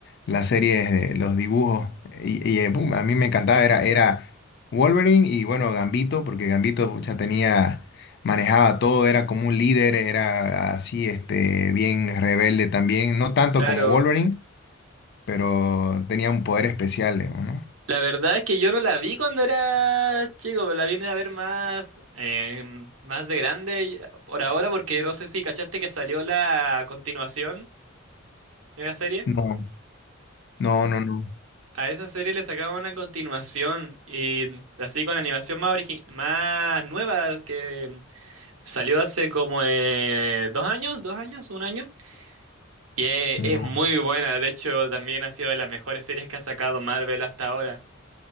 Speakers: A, on the left; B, on the right.
A: las series, de los dibujos, y, y, eh, pum, a mí me encantaba, era, era Wolverine y bueno, Gambito, porque Gambito ya tenía, manejaba todo, era como un líder, era así, este, bien rebelde también, no tanto
B: claro.
A: como Wolverine pero tenía un poder especial, digamos, ¿no?
B: La verdad es que yo no la vi cuando era chico, pero la vine a ver más, em, más de grande y- por ahora, porque no sé si cachaste que salió la continuación de la serie.
A: No, no, no, no,
B: A esa serie le sacaban una continuación y así con animación más origi- más nueva que salió hace como eh, dos años, dos años, un año. Y es,
A: no,
B: es muy buena, de hecho también ha sido de las mejores series que ha sacado Marvel hasta ahora.